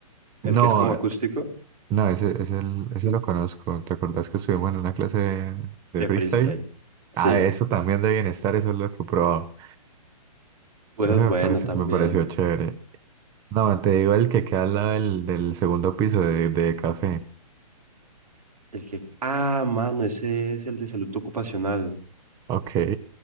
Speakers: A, on the right (about 75°); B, on the right (about 20°).
A: ¿El
B: No,
A: que es como acústico?
B: eh, no, ese, ese, el- ese lo conozco. ¿Te acordás que estuvimos en una clase de, de
A: De
B: freestyle?
A: freestyle. Sí.
B: Ah, eso también de bienestar, eso es lo que he probado.
A: Pues
B: Eso me
A: bueno,
B: pareció,
A: también.
B: me pareció chévere. No, te digo el que queda al lado del, del segundo piso de, de café.
A: El que... Ah, mano, ese es el de salud ocupacional.
B: Ok,